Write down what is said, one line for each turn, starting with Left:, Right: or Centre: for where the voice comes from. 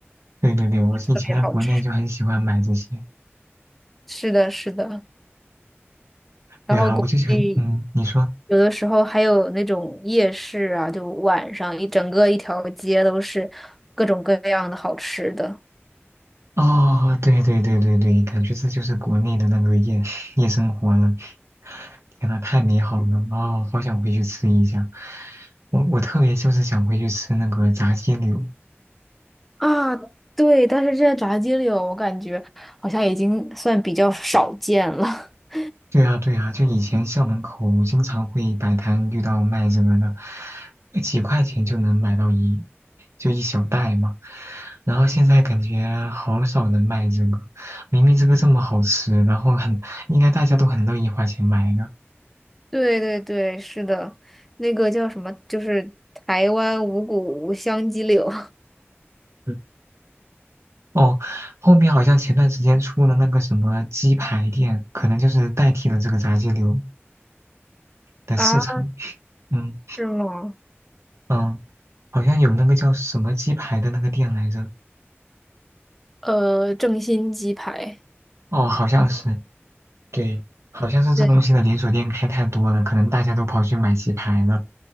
Right: 对对对，我以前在国内就很喜欢买这些。
Centre: 特别好吃。是的，是的。然后国内
Right: 对啊，我就喜欢，嗯，你说，
Centre: 有的时候还有那种夜市啊，就晚上一整个一条街都是各种各样的好吃的
Right: 哦，对对对对对，感觉这就是国内的那个夜夜生活了。天呐，太美好了！哦，好想回去吃一下。我我特别就是想回去吃那个炸鸡柳，
Centre: 啊。对，但是这在炸鸡柳，我感觉好像已经算比较少见了。<laughs>
Right: 对啊，对啊，就以前校门口经常会摆摊遇到卖这个的，呃几块钱就能买到一，就一小袋嘛。然后现在感觉好少人卖这个，明明这个这么好吃，然后很，应该大家都很乐意花钱买的。
Centre: 对对对，是的，那个叫什么，就是台湾五谷香鸡柳
Right: 嗯哦，后面好像前段时间出了那个什么鸡排店，可能就是代替了这个炸鸡柳的市场。
Centre: <laughs> 啊，
Right: 嗯
Centre: 是吗？
Right: 嗯，好像有那个叫什么鸡排的那个店来着。
Centre: 呃，正新鸡排
Right: 哦，好像是。对，好像是这东西的连锁店开太多了，
Centre: 对
Right: 可能大家都跑去买鸡排了，